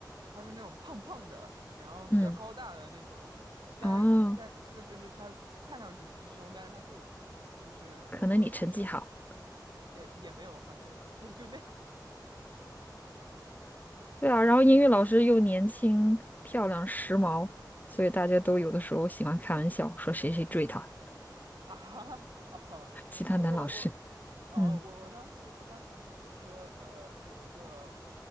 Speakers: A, on the right; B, on the left.
A: 他是那种胖胖的，然后比较高大的那种，
B: 嗯，
A: 但是但是就是他看上去凶，
B: 哦，
A: 但是他对我挺好的，就是我我好像是。
B: 可能你成绩好。
A: 也也没有，好像也也就那样
B: 对啊，然后英语老师又年轻、漂亮、时髦，所以大家都有的时候喜欢开玩笑说谁谁追她，
A: <laughs> 啊。哦，
B: 其他男老师，
A: 我我我，哦，
B: 嗯，
A: 我我当时我当时，比如说，呃，有一个，